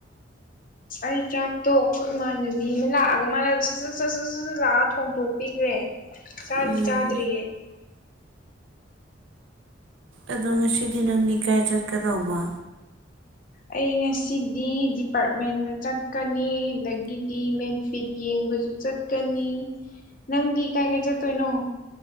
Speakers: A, on the left; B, on the right.
A: ꯑꯩ ꯆꯥꯛꯇꯣ ꯑꯩꯈꯣꯏ ꯏꯃꯥꯟꯅꯕꯤ ꯑꯃ ꯂꯥꯛꯑꯒ ꯃꯥꯅꯠ ꯁꯠꯠ ꯁꯠꯨꯠ ꯂꯥꯛꯑ ꯊꯣꯡꯗꯣꯛꯄꯤꯈ꯭ꯔꯦ ꯆꯥꯗꯤ
B: ꯎꯝ
A: ꯆꯥꯗ꯭ꯔꯤꯌꯦ
B: ꯑꯗꯣ ꯉꯁꯤꯗꯤ ꯅꯪꯗꯤ ꯏꯀꯥꯏ ꯆꯠꯀꯗꯧꯕ
A: ꯑꯩ ꯉꯁꯤꯗꯤ ꯗꯤꯄꯥꯔꯠꯃꯦꯟꯗ ꯆꯠꯀꯅꯤ ꯑꯗꯒꯤꯗꯤ ꯃꯦꯟ ꯐꯤꯠ ꯌꯦꯡ ꯆꯠꯀꯅꯤ ꯅꯪꯗꯤ ꯀꯥꯏ ꯀꯥꯏ ꯆꯠꯇꯣꯏꯅꯣ